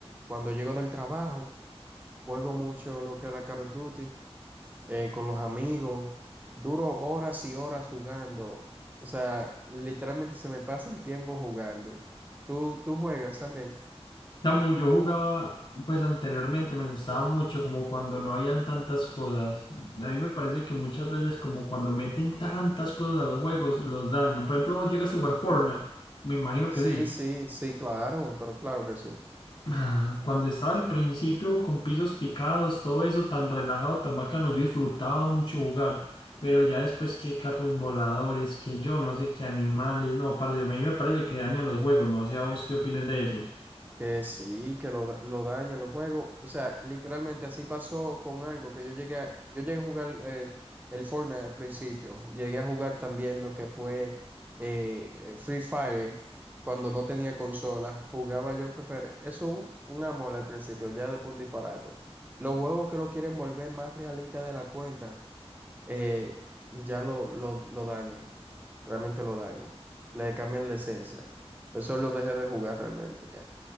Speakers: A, on the right; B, on the left.
A: Cuando llego del trabajo, juego mucho lo que es la Call of Duty eh, con los amigos. Duro horas y horas jugando. O sea, literalmente se me pasa el tiempo jugando. ¿Tú, tú juegas también?
B: Samu, yo jugaba, pues anteriormente me gustaba mucho, como cuando no habían tantas cosas. A mí me parece que muchas veces, como cuando meten tantas cosas a los juegos, los dañan. Por ejemplo, vos llegaste a jugar Fortnite,
A: Ujú.
B: me imagino
A: Sí,
B: que sí.
A: sí, sí, claro, pero claro que sí.
B: Ah, Cuando estaba al principio con pisos picados, todo eso tan relajado, tan bacano, yo disfrutaba mucho jugar, pero ya después que carros voladores, que yo no sé qué animales, no, parce, a mí me parece que dañan los juegos, no sé a vos qué opines de esos.
A: Que sí, que lo, da- lo dañan los juegos. O sea, literalmente así pasó con algo que yo llegué a, yo llegué a jugar eh, el Fortnite al principio. Llegué a jugar también lo que fue eh, eh, Free Fire cuando no tenía consola. Jugaba yo Free Fire. Eso uf, un amor al principio, ya después un disparate. Los juegos que lo quieren volver más realista de la cuenta, eh, ya lo, lo, lo dañan. Realmente lo dañan. Le cambian la esencia. Eso lo dejé de jugar realmente ya.